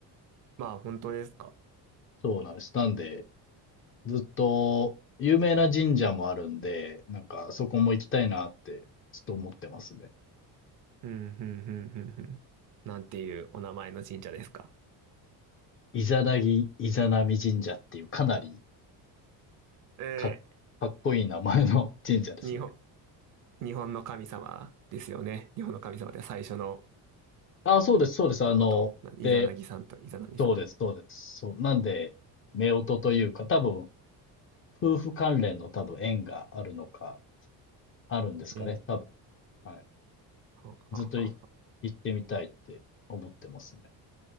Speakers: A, on the right; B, on the left.
A: まあ、本当ですか。
B: そうなんです。なんで、ずっと、有名な神社もあるんで、なんか、そこも行きたいなって、ちょっと思ってますね。
A: うん、うん、うん、うん、うん。なんていうお名前の神社ですか。
B: イザナギ、イザナミ神社っていう、かなり
A: え
B: か、かっこいい名前の <laughs> 神社ですね。
A: ー、日本、日本の神様ですよね。日本の神様で最初の
B: あ、そうです、そうです。
A: 男と、
B: あの、
A: なイザナギさんとイザナミさん。
B: で、そうです、そうです。そう。なんで、夫婦というか、多分、夫婦関連の多分縁があるのか、あるんですかね、
A: えー、
B: 多分。はい。
A: はあはあはあ
B: ずっとい行ってみたいって思ってますね。